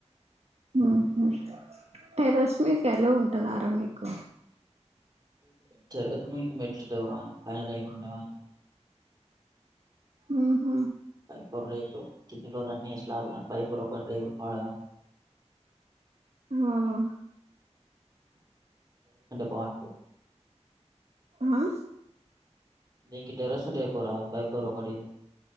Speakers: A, on the right (about 65°); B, on the right (about 35°).
A: ఆహా టెరస్ మీ కల ఉ వెటకారం ఎక్కువ
B: టెర్రర్స్ మీదకి మెట్లు లేవుర పైన రేకులు ఉన్నాయి
A: ఊహు
B: కో రేకు కింది రన్నిలా పై ర పాడుగ
A: ఆవునా
B: పన్పు
A: ఆ
B: నీకి టెరస్ ఉంటాయి పోరా పై ఫ్లోర్ ఒకటి